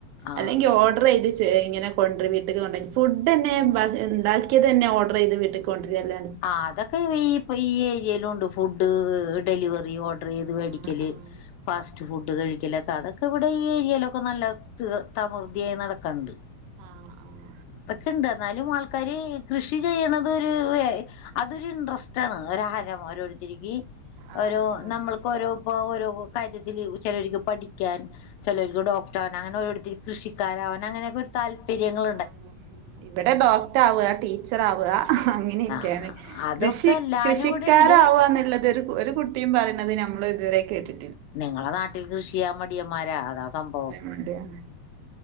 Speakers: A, on the left; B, on the right.
A: ആഹ്
B: അല്ലെങ്കിൽ ഓർഡർ ചെയ്ത് ഇങ്ങനെ കൊണ്ട് രും വീട്ട്ക്ക് കൊണ്ടരും ഫുഡ് തന്നെ ബ ഉണ്ടാക്കിയത് തന്നെ ഓർഡർ ചെയ്ത് വീട്ട്ക്ക് കൊണ്ട് രല്ലെ
A: ആഹ് അതൊക്കെ ഇപ്പൊ ഈ ഏരിയില് ഉണ്ട് ഫുഡ് ഡെലിവറി ഓർഡ് ഓർഡറയ്ത്
B: ആഹ്
A: മേടിക്കല്
B: ആഹ്
A: ഫാസ്റ്റ് ഫുഡ് കഴിക്കലൊക്കെ അതൊക്കെ ഇവിടെ ഈ ഏരിയയിലൊക്കെ താകൃതിദ്ധിയായി നടക്കണ്ട്
B: ആഹ് ആഹ്
A: അതൊക്കെണ്ട് എന്നാലും ആൾക്കാര് കൃഷി ചെയ്യണതൊരു എ അതൊരു ഇൻട്രസ്റ്റാണ് ഒരുഹരം ഓരോരുത്തരിക്ക്
B: ആഹ് ആഹ്
A: ഓരോ
B: ആഹ്
A: നമ്മൾക്ക് ഓരോപ്പോ ഓരോ കാര്യത്തില് ചിലര്ക്ക് പഠിക്കാൻ ചിലര്ക്ക് ഡോക്ടർ ആവാൻ അങ്ങനെ ഓരോരുത് കൃഷിക്കാരാവാൻ അങ്ങനെക്കൊരു താല്പര്യങ്ങൾ
B: ആ ഇവിടെ ഡോക്ടർ ആ വാ ടീച്ചർ ആവാ അങ്ങ ഇങ്ങനൊക്കെയാണ്
A: ആ അതൊക്കെ
B: കൃഷി
A: എല്ലാനും
B: കൃഷിക്കാരാവാന്നുള്ളത്
A: ഇവിടെ ഉണ്ട്
B: ഒരു കുട്ടി കുട്ടിം പറയുന്നത് ഞമ്മൾ ഇതുവരെ കേട്ടി
A: നിങ്ങളെ നാട്ടിൽ കൃഷിചെയ്യാൻ മടിയന്മാരാ അതാ സംഭവം
B: മടിയാണ്